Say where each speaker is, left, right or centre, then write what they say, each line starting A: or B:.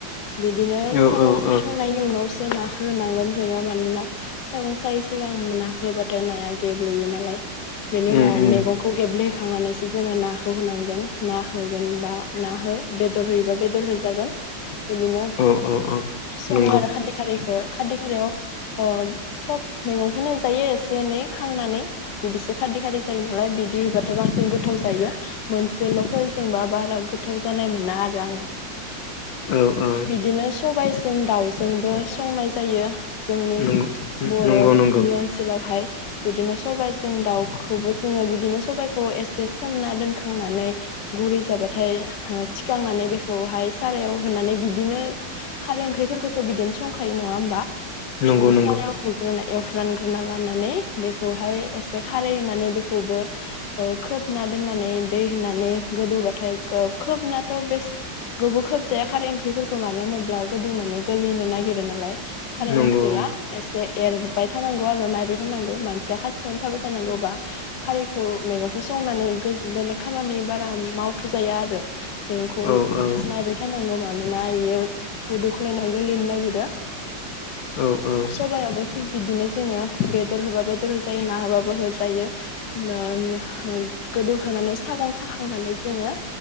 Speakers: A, on the left; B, on the left.
A: बिदिनो
B: औ
A: सागं
B: औ
A: साखांनायनि
B: औ
A: उनाव नाखौ होनांगोन जोङो मानोना सागं सायै सिगां नाखो होबाथाय नाया गेब्लेयो नालाय। बेनि उनाव
B: उम उम
A: मेगंखौ गेब्ले होखांनानैसो जोङो नाखौ होनांगोन ना होगोन बा ना हो बेदर होयोबा बेदर होजागोन। बिदिनो
B: औ औ औ
A: सङो
B: नंगौ
A: आरो खारदै खारैखो। खार्दि खारिायाव अ सब मैगंखौनो होजायो एसे एनै खांनानै बिदिसो खार्दि खारै जायो नालाय बिदि होबाथाय बांसिन गोथाव जायो मोनसेल फोरजोंबा बारा गोथाव जानाय मोना आरो आङो।
B: औ औ
A: बिदिनो सबाय जों दाउजोंबो संनाय जायो। जोंनि
B: नंगौ
A: बरनि
B: नंगौ नंगौ
A: ओनसोलावहाय बिदिनो सबायाइजों दाउखौबो जोङो बिदिनो सबाइखौ एसे सोमना दोनखांनानै गुरै जाबाथाय थिखांनानै बेखौहाय सारायाव होननानै बिदिनो खारै ओंख्रिफोरखौथ बिदिनो संखायो नङा होमबा?
B: नंगौ
A: औ
B: नंगौ
A: सारायाव होग्रोनाय। एवफ्रानग्रोना लानानै बेखौहाय एसे खारै होनानै बेखौबो ओ खोबना दोननानै दै होनानै गोदौबाथाय ओ खोब खोबनाथ बेस गोबाव खोब खारै ओंख्रिफोरखौ मानो होनोब्ला? गुदुंनानै गोलैनो नागिरो नालाय। खाराइ
B: नंगौ
A: ओंख्रिया एसे एरबाय थानांगौ आरो नायबाय थानांगौ मान जा खाथियावनो थाबाय थानांगौ। बा खारिखौ मैगंखौ संनानै बेलेग खामानि बारा मावथ जायाआरो। बेंखौ
B: औ औ
A: नायबाय मानोना बेयो गोदौख्लायनानै गोलिनो नागिरो
B: औ औ
A: सबाइआबो थिग बिदिनो जोङो बेदर होबा बेदर होजायो ना होबाबो होजायो ओ उम गोदौखांनानै सागं साखांनानै जोङो